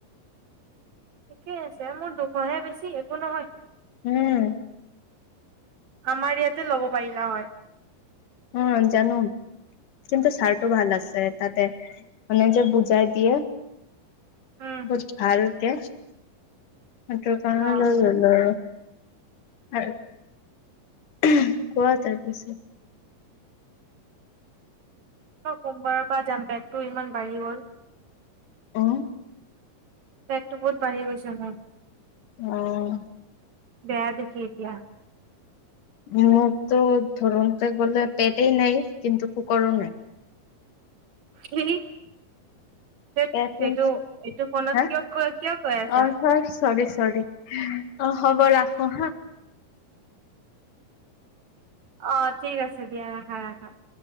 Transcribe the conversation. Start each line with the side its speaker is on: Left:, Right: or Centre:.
Right: ঠিকেই আছে মোৰ দুশহে বেছি একো নহয়
Left: উম
Right: আমাৰ ইয়াতে ল'ব পাৰিলা হয়
Left: উম জানো কিন্তন্তু ছাৰটো ভাল আছে তাতে মান যে বুজাই দিয়ে
Right: উম
Left: বহুত ভাল হে ', সেইটো কাৰণে
Right: অ মই
Left: লৈ ললোঁ আৰু আৰু, উহ ', কোৱা তাৰ পিছত?
Right: অ', সোমবাৰৰ পৰা যাম বেগতটো ইমান বাঢ়ি গল।
Left: অহ ',
Right: পেটতটো বহুত বাঢ়ি গৈছে মোৰ।
Left: অ',
Right: বেয়া দেখি এতিয়া।
Left: মোৰতো ধৰোনতে গলে পেটেই নাই, কিন্তু পুকৰ নাই।
Right: হে ',- হে ', হে
Left: পেটো
Right: ', এইটো
Left: নাই
Right: -এইটো ফোনত
Left: হা
Right: কিয় কৈ -কিয় কৈ আছা।
Left: অ চৰি চৰি চৰি, অ', হ'ব ৰাখো হা।
Right: অ', ঠিক আছে। চয়হা <inaudible>